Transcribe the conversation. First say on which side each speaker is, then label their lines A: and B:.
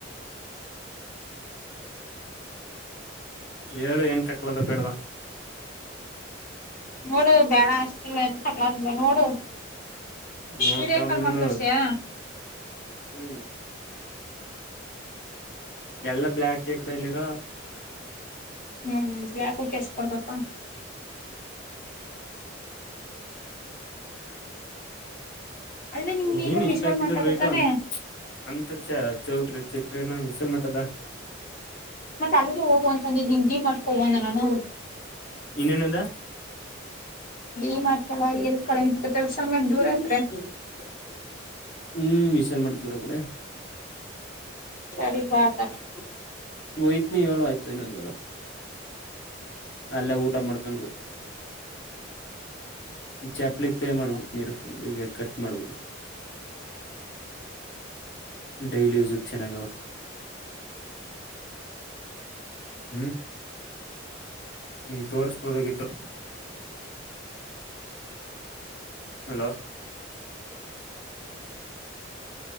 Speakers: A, on the left; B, on the left.
A: ಹೇಳು ಏನ್ ತಕೊಳದ ಬೇಡ್ವ
B: ನೋಡು ಬ್ಯಾಡ ಅಷ್ಟಲ್ಲ ಎಂತ ಹಗ್ಲದಿಲ್ಲ ನೋಡು
A: ನೋಡ್ತಗೊಂಡಿದನು
B: ವಿಡಿಯೋ ಕಾಲ್ ಮಾಡಿ ತೋರ್ಸಿಯಾ
A: ಹ್ಮ್ ಎಲ್ಲ ಬ್ಲಾಕ್ ಚೇಕಡೆಯಲ್ಲಿರಾ <unintelligible>
B: ಹ್ಮ್ ಯಾಕು ಕೆಸ ಕೊಡ್ಬೇಕಾ <unintelligible> ಅಲ್ಲೇ ನಿಮ್ ನೀರ್
A: ಏನ್ ಇಷ್ಟ್
B: ವಿಶಾಲ್
A: ಆಕಿದ್ರ
B: ಮಾತಾಡತಾನೆ
A: ರೇಟ್ ಅಂತ ಅಂತ ಚ ಚೌಟ್ರಿ ಚಿ ಸೆನ ಬಿಸಲ್ ಮತದ <unintelligible>
B: ಮತ್ತ ಅಲ್ಲಿಗೆ ಹೋಗು ಅಂತದ್ದು ನಿಮ ಜೀ ಮಾಡ್ಕೋಣ ನಾನು
A: ಇಲ್ ಎಲ್ಲಿಂದ
B: ಈಲ್ಲ ಎ ಕಸ ದೂರ ತ್ <unintelligible>
A: ಹ್ಮ್ ವಿಶಾಲ್ ಮ ದೂರ ಕೂಡ
B: ಸರಿ ಬ್ರಾ ಹಾಕೋಣ
A: ಎಯ್ತನ ಹೇಳು ಆಯ್ತು ಇನ್ನೊಂದ್ಗಳ ಅಲ್ಲ ಊಟ ಮಾಡ್ಕೊಂಡ್ ಬತ್ತವಿ ಚಪ್ಲಿಗ್ ಪೇ ಮಾಡ್ಬಿಡ್ತೀರು ಈಗ ಕಟ್ ಮಾಡ್ ಬಿಡು ಡೈಲಿ ಯೂಜ್ ಚೆನ್ನಾಗವ ಹ್ಮ್ ನಿನಗ್ ತೋರಸಬಹುದಾಗಿತ್ತು. ಹಲೋ